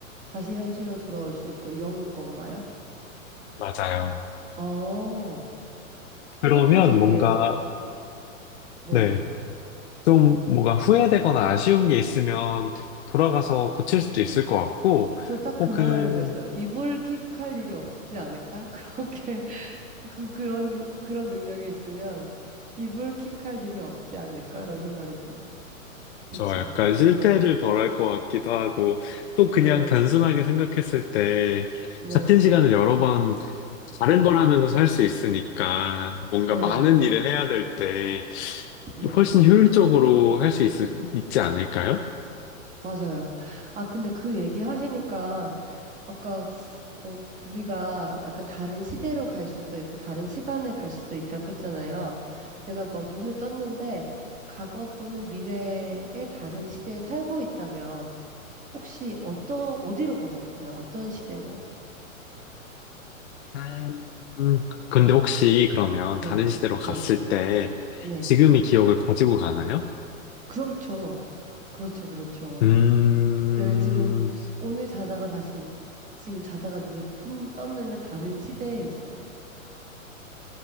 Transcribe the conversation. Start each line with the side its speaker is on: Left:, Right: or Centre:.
Right: 다시 현실로 돌아올 수 있고, 이런 건가요?
Left: 맞아요.
Right: 어, 그것도
Left: 그러면
Right: 되게,
Left: 뭔가
Right: 네.
Left: 네. 좀 뭐가 후회되거나 아쉬운 게 있으면 돌아가서 고칠 수도 있을 것 같고,
Right: 저 딱 그
Left: 혹은
Right: 말하려고 했어요. 이불킥할 일이 없지 않을까? <laughs> 그렇게 그 그런 일- 그런 능력이 있으면 이불킥할 일이 없지 않을까라는 생각이 들어요. 그쵸?
Left: 저 약간 실패를
Right: 응,
Left: 덜 할 것 같기도 하고, 또 그냥
Right: 네,
Left: 단순하게 생각했을 때
Right: 네,
Left: 같은 시간을 여러 번 다른 걸 하면서 살 수 있으니까 뭔가
Right: 네,
Left: 많은 일을 해야 될 때
Right: 네,
Left: 훨씬 효율적으로 할 수 있지 않을까요?
Right: 맞아요. 아 근데 그 얘기 하시니까 아까 뭐 우리가 약간 다른 시대로 갈 수도 있고 다른 시간을 갈 수도 있다고 했잖아요. 내가 막 눈을 떴는데 과거 또는 미래의 다른 시대에 살고 있다면. 혹시 어떤, 어디로 가고 싶으세요? 어떤 시대로?
Left: 음, 근데 혹시 그러면
Right: 네,
Left: 다른 시대로 갔을
Right: 네,
Left: 때
Right: 네.
Left: 지금의 기억을 가지고 가나요?
Right: 그렇죠. 그렇죠, 그렇죠.
Left: 음,
Right: 네, 지금 오늘 자다가 다시, 지금 자다가 눈을 뜬, 떴는데 다른 시대에 있어요.